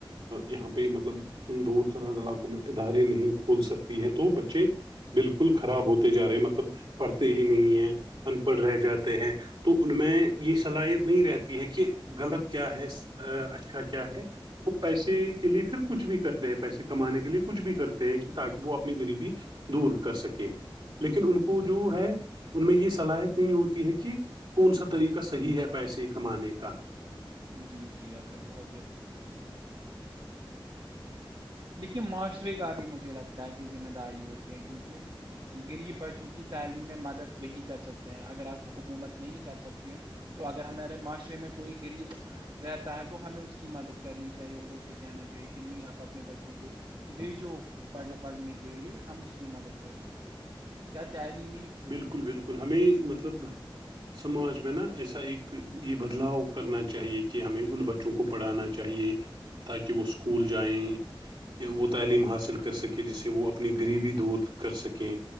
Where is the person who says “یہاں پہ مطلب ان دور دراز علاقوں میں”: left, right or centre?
Right